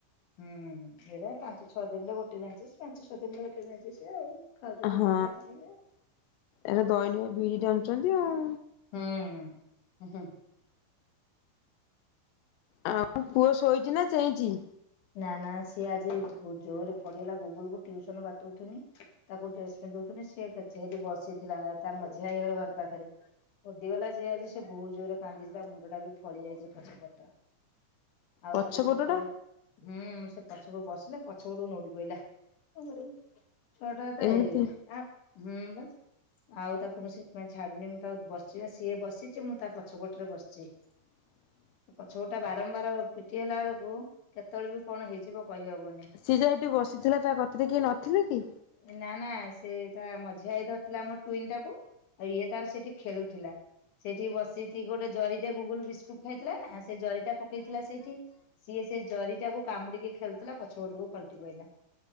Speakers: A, on the left; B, on the left.
A: ହୁଁ ଏରା ପାଞ୍ଚ ଛଅ ଦିନରେ ଗୋଟେ ଜାଣିଚ ପାଞ୍ଚ ଛଅ ଦିନରେ ଗୋଟେ ଜାଣି ସ ଆଉ ଖାଉଛନ୍ତି
B: ହଁ
A: ବିରି ଟାଣୁଛନ୍ତି ଆଉ।
B: ଏଟ ଦୈନୀୟ ବିରି ଟାଣୁଛନ୍ତି ଆଉ।
A: ହଁ ହ।
B: ଆଉ ପୁଅ ଶୋଇଛି ନା ଚେଇଁଛି?
A: ନା ନା ସିଏ ଆଜି ଜୋରରେ ପଢେଇଗଲା ଗୁଗୁଲ କୁ ଉସନ ବାଟଉଥନି। ତାକୁ ଡ୍ରେସ ପିନ୍ଧୁଥିଲି ସିଏ ସେଇଠି ବସିଥିଲା ତା ମଝିଆ ହେଇଗର ଘର ପାଖରେ। ଓଡିଗଲା ଯ ଆଜି ସେ ବହୁତ ଜୋରରେ କାନ୍ଦିଛି ତା ମୁଣ୍ଡ ଟା ବି ଫଳି ଯାଇଛି ପଛ ପଟ ଆଉ
B: ପଛ
A: ତାକୁ ସେତେବେଳେୁ
B: ପଟଟା
A: ହୁଁ, ସେ ପଛ ବସିଲା ପଛ ଗୁ ନୋଉଠି ବଲା କଣ କରିବୁ? ଛଅଟା ତ
B: ଏମିତି
A: ଏଇ ଆଁ ହୁଁ ବା ଆଉ ତାକୁ ମୁଁ ସେଥିପାଇଁ ଛାଡୁନି ମୁଁ ତାକୁ ବସଚି ବା ସିଏ ବସିଚି ମୁଁ ତା ପଛପଟରେ ବସିଚି।
B: <inaudible>
A: ପଛପଟଟା ବାରମ୍ବାର ପିଟି ହେଲା ବେଳକୁ କେତେବେଳେ ବି କଣ ହେଇଯିବ କହିହବନି।
B: ସେ ଯାହା ହେଠି ବସିଥିଲା ତା କତିରେ କିଏ ନଥିଲେ କି?
A: ଏ ନାଁ ନାଁ ସେ ତା ମଝିଆ ଭାଇ ଧରିଥିଲା ଆମ ଟୁଇଁ ଟାକୁ। ଇଏ ତାର ସେଠି ଖେଳୁଥିଲା ସେଇଠି ବସିଚି ଗୋଟେ ଜରି ଯେ ଗୁଗୁଲ ବିସ୍କୁଟ ଖାଇଥିଲା ନା ସେ ଜରିଟା ପକେଇଥିଲା ସେଇଠି। ସିଏ ସେ ଜରି ଟାକୁ କାମୁଡିକି ଖେଳୁଥିଲା ପଛପଟକୁ ପଲଟି ପଡିଲା